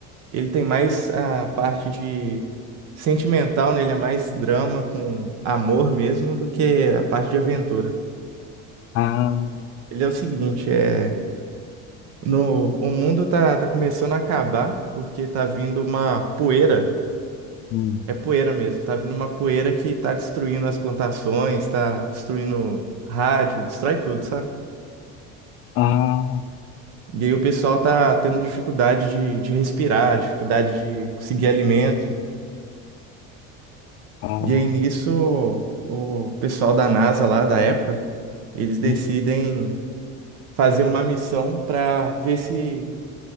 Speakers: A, on the right; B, on the left.
A: Ele tem mais a parte de sentimental, né? Ele é mais drama com amor mesmo do que a parte de aventura.
B: Ah,
A: Ele é o seguinte, é no o mundo tá, tá começando a acabar porque tá vindo uma poeira,
B: hum,
A: é poeira mesmo, tá vindo uma poeira que tá destruindo as plantações, tá destruindo rádio, destrói tudo, sabe?
B: ah,
A: E aí o pessoal tá tendo dificuldade de, de respirar, dificuldade de conseguir alimento.
B: ah,
A: E aí nisso, o pessoal da NASA lá da época, eles decidem
B: hum,
A: fazer uma missão para ver se,